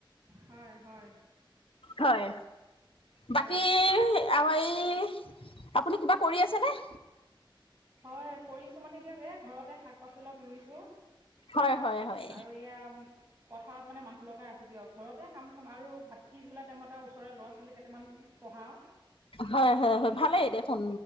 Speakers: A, on the right; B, on the left.
A: হয় হয়
B: হয়
A: হয়
B: বাকী আৰু এই, আপুনি কিবা কৰি আছেনে?
A: হয়, কৰিছোঁ মানে দিয়ক এ ঘৰতে শাক-পাচলি অলপ ৰুইছো
B: হয় হয় হয়
A: আৰু এয়া পথাৰত মানে মানুহ লগাই আছো দিয়ক। ঘৰতে কাম চাম আৰু ভাটিবেলা টাইমত ওচৰৰে ল'ৰা ছোৱালী কেইটামান পঢ়াও।
B: হয়, হয়, হয় ভালেই দেখোন।